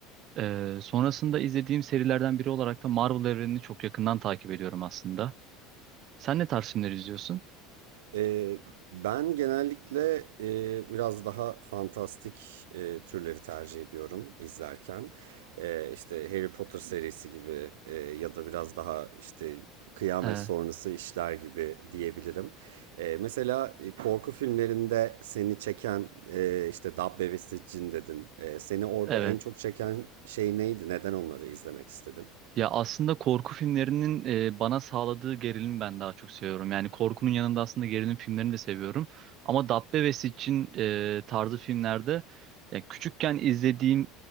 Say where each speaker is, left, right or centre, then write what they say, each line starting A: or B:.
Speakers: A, on the right; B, on the right.
A: E, sonrasında izlediğim serilerden biri olarak da Marvel evrenini çok yakından takip ediyorum aslında. Sen ne tarz filmler izliyorsun?
B: Eee, ben genellikle eee, biraz daha fantastik eee, türleri tercih ediyorum izlerken. Eee işte Harry Potter serisi gibi eee, ya da biraz daha işte kıyamet
A: E,
B: sonrası işler gibi diyebilirim. Eee, mesela e, korku filmlerinde seni çeken eee, işte Dabbe ve Siccin dedin. Eee, seni orada
A: evet.
B: en çok çeken şey neydi? Neden onları izlemek istedin?
A: Ya aslında korku filmlerinin e, bana sağladığı gerilimi ben daha çok seviyorum. Yani korkunun yanında aslında gerilim filmlerini de seviyorum. Ama Dabbe ve Siccin e, tarzı filmlerde ya küçükken izlediğim